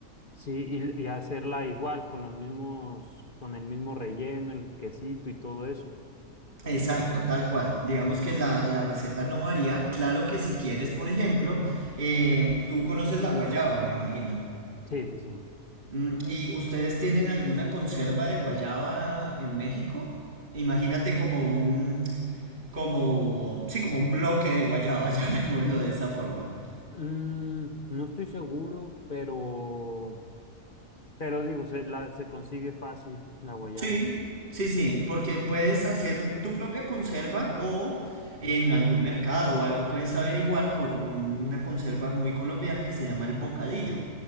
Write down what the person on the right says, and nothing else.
<laughs> Exacto, tal cual. Digamos que la, la receta no varía. Claro que si quieres, por ejemplo, eh, tú conoces la guayaba, me imagino.
Mm, ¿Y ustedes tienen alguna conserva de guayaba en México? Imagínate como un, como, sí, como un bloque de guayaba, <laughs> llamémoslo de esa forma.
Sí, sí, sí, porque puedes hacer tu propia conserva o en algún mercado o algo puedes averiguar por una conserva muy colombiana que se llama el bocadillo,